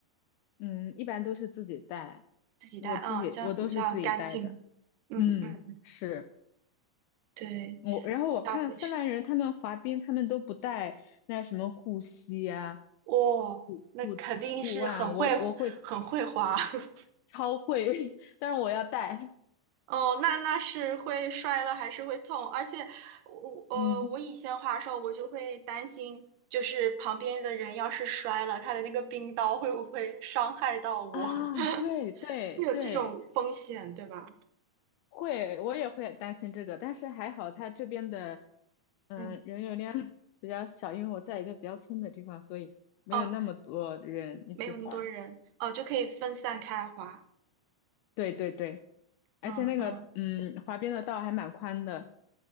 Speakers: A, on the left; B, on the right.
A: 嗯，一般都是自己带，
B: 自己带？
A: 我自己我都是自己带的。
B: 嗯，这样比较干净。嗯嗯，
A: 嗯，是。
B: 对，
A: 我然后我看芬兰人他们滑冰，
B: 要不是，
A: 他们都不带那什么护膝呀、
B: 哇、
A: 护护护腕啊，
B: 那肯定是很会很会滑。
A: 我我会
B: <laughs>
A: 超会，<laughs> 但是我要带，
B: 哦，那那是会摔了还是会痛，而且我呃我以前滑的时候我就会担心，
A: 嗯
B: 就是旁边的人要是摔了，他的那个冰刀会不会伤害到我，
A: 啊，
B: <laughs>
A: 对对对，
B: 会有这种风险，对吧？
A: 会，我也会担心这个，但是还好他这边的嗯人流量
B: 嗯，
A: <laughs> 比较小，因为我在一个比较村的地方，所以没有那么多人一起滑，
B: 哦，没有那么多人，哦，就可以分散开滑。
A: 对对对，而且那个嗯滑冰的道还蛮宽的，
B: 嗯嗯，